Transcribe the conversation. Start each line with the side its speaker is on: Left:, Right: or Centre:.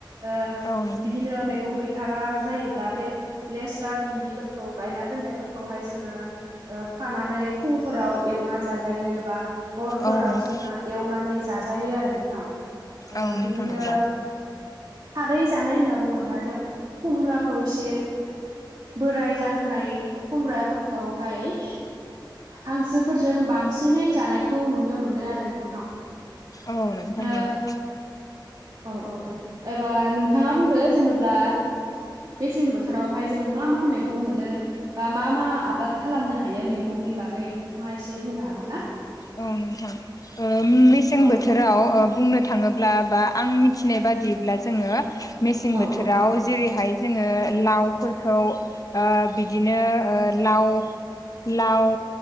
Right: ओ
Left: औ नोंथां
Right: बिदिनो मैगं गैथारा जायोब्ला बे लेस्रा भिन्दिफोरखौ गायना दोननायफोरखौहाय जोंङो ओ खानानै फुंफोराव एवना जाजायो बा हरफोराव
Left: औ नोंथां
Right: जोंहा एवनानै जाजायो आरो नोंथां
Left: औ नोंथां
Right: बिदिनो
Left: नंगौ औ
Right: खारै जानाय होनना बुङोब्ला जों खुमब्राखौ एसे बोराय जाहोनाय खुमब्राफोरखौहाय हांसोफोरजों बांसिनै जानायखौ नुनो मोनो आरो नोंथां
Left: औ नोंथां
Right: ओ
Left: नांगौ
Right: औ औ एबा नोंथांङा बुंदो जेनेबा बेसें बोथ रावहाय जों मा मा मैगं मोनो बा मा मा आबाद खालामनो हायो मैगंनि बागै नोंथाङा एसे बुंनो हागोन ना
Left: औ नोंथां मेसें
Right: औ
Left: बोथोर बोथोराव बुंनो थांङोब्ला बा आं मिथिनाय बादिब्ला जोङो मेसें
Right: औ
Left: बोथोराव
Right: औ
Left: जेरैहाय जोङो लावफोरखौ बिदिनो लाव लाव